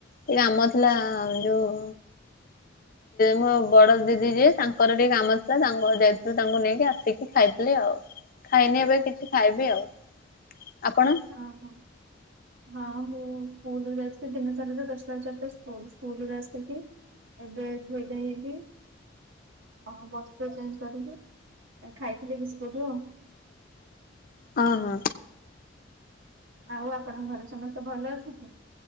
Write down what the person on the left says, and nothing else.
ଏଇ କାମ ଥିଲା ଯୋଉ ମୋ ବଡ ଦିଦି ଯିଏ ତାଙ୍କର ଟିକେ କାମ ଥିଲା ତାଙ୍କ ଯାଇଥିଲୁ ତାଙ୍କୁ ନେଇକି ଆସିକି ଖାଇଥିଲୁ ଆଉ ଖାଇନି ଏବେ କିଛି ଖାଇବି ଆଉ। ଆପଣ
ଓ ହୋ।